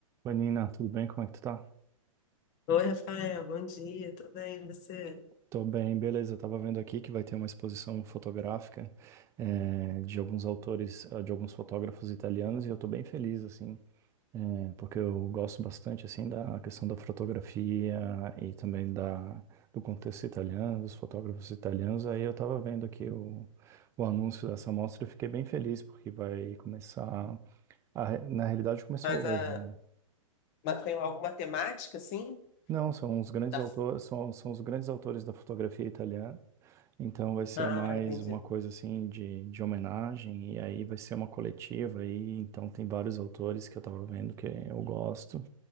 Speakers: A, on the right (about 15°); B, on the left (about 35°).
A: Oi, Nina, tudo bem? Como é que tu tá?
B: Oi, Rafael, bom dia, tudo bem? E você?
A: Tô bem, beleza. Eu tava vendo aqui que vai ter uma exposição fotográfica eh, de alguns autores, ah, de alguns fotógrafos italianos e eu tô bem feliz, assim, eh, porque eu gosto bastante, assim, da questão da fotografia e também da, do contexto italiano, dos fotógrafos italianos. Aí eu tava vendo aqui o, o anúncio dessa mostra e fiquei bem feliz porque vai começar, a re- na realidade começou
B: Mas, a...
A: hoje, né?
B: Mas tem alguma temática, assim?
A: Não, são os grandes
B: Da...
A: autores, são, são os grandes autores da fotografia italiana Então vai ser
B: Ah,
A: mais
B: entendi.
A: uma coisa assim de, de homenagem, e aí vai ser uma coletiva aí, então tem vários autores que eu tava vendo que eu gosto,